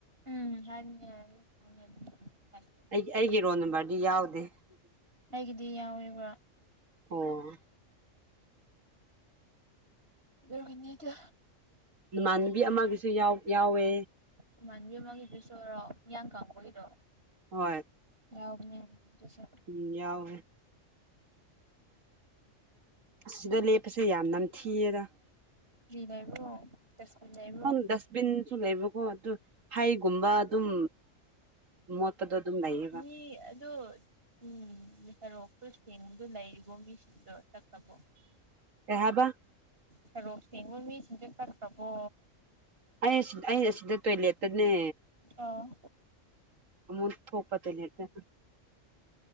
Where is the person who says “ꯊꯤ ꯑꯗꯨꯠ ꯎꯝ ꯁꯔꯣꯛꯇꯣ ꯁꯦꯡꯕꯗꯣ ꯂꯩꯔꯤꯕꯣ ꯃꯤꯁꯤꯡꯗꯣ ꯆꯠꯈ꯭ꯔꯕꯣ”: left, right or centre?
Right